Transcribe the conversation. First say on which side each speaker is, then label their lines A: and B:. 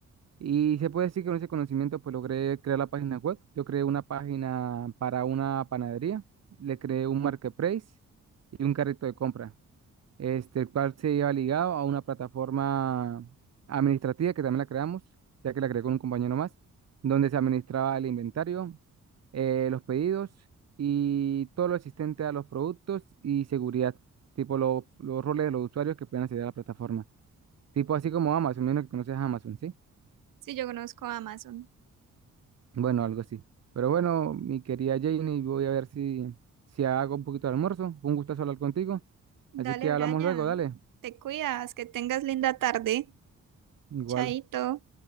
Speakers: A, on the right (about 55°); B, on the right (about 85°).
A: Y se puede decir que con ese conocimiento pues logré crear la página web. Yo creé una página para una panadería, le creé un marketplace y un carrito de compra, este, el cual se iba ligado a una plataforma administrativa que también la creamos, ya que la creé con un compañero más, donde se administraba el inventario, eh, los pedidos y todo lo existente a los productos y seguridad, tipo lo- los roles de los usuarios que puedan acceder a la plataforma. Tipo así como Amazon, menos que conoces a Amazon, ¿sí?
B: Sí, yo conozco a Amazon.
A: Bueno, algo así. Pero bueno, mi querida Janie, voy a ver si, si hago un poquito de almuerzo. Fue un gustazo hablar contigo.
B: Dale,
A: Así que hablamos
B: Brian,
A: luego, dale.
B: te cuidas, que tengas linda tarde.
A: Igual.
B: Chaito.